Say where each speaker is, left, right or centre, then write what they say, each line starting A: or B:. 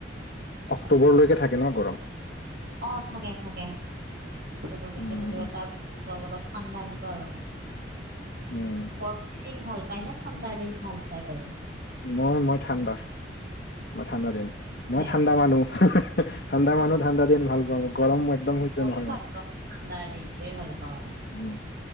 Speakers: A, on the left (about 55°); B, on the right (about 55°).
A: অক্টোবৰলৈকে থাকে ন গৰম?
B: অ' থাকে, থাকে। অক্টোবৰলৈকে
A: উম
B: থাকিব, তাৰপিছত অলপ অলপ ঠাণ্ডা আহিব আৰু।
A: উম।
B: গৰমৰ দিন ভাল পায় নে ঠাণ্ডাৰ দিন ভাল পায় বাৰু?
A: মই মই ঠাণ্ডা মই ঠাণ্ডা দিন মই
B: হে
A: ঠাণ্ডা মানুহ। ঠাণ্ডা মানুহ ঠাণ্ডা দিন ভাল পাওঁ। গৰম একদম সহ্য
B: ময়ও
A: নহয়
B: ভাল
A: মোৰ
B: পাওঁ ঠাণ্ডাৰ দিনটোৱে ভাল পাওঁ।
A: উম